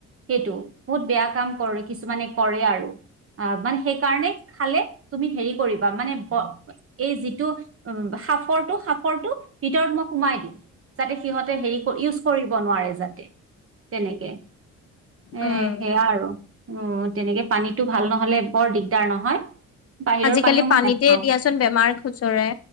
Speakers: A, on the right; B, on the left.
A: সেইটো বহুত বেয়া কাম কৰে কিছুমানে কৰে আৰু অ মানে। সেইকাৰণে খালে তুমি হেৰি। কৰিবা মানে এই যিটো উ সফৰটো সফৰটো ভিতৰত মই সোমাই দিম। যাতে সিহঁতে হেৰি ইউজ কৰিব নোৱাৰে যাতে তেনেকে। এ
B: উম
A: সেয়া আৰু উ তেনেকে পানীতটো ভাল নহ'লে বৰ দিগদাৰ নহয়। বাহিৰৰ
B: আজিকালি
A: পানীও মই
B: পানীতে
A: নাখাও
B: দিয়াচোন বেমাৰ খুচৰে